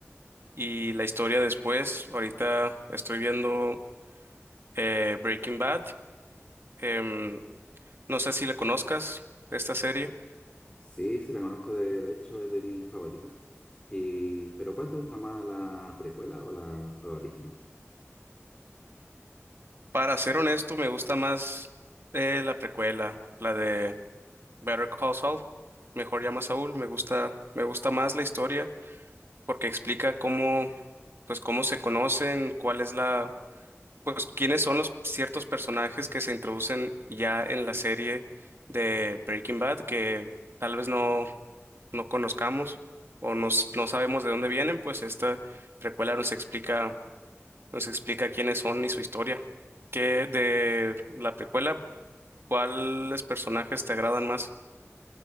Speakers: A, on the right; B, on the left.
A: y la historia después. Ahorita estoy viendo eh, Breaking Bad, em, no sé si la conozcas, esta serie.
B: Sí, sí, la conozco, de, de hecho es de mis favoritas. Y, pero ¿cuál te gusta más, la precuela o la, o la original?
A: Para ser honesto, me gusta más eh, la precuela, la de Better Call Saul, mejor llama a Saúl, me gusta, me gusta más la historia porque explica cómo, pues cómo se conocen, cuál es la pues quiénes son los ciertos personajes que se introducen ya en la serie de Breaking Bad que tal vez no, no conozcamos o nos- no sabemos de dónde vienen, pues esta precuela nos explica, nos explica quiénes son y su historia. ¿Qué de la precuela, cuáles personajes te agradan más,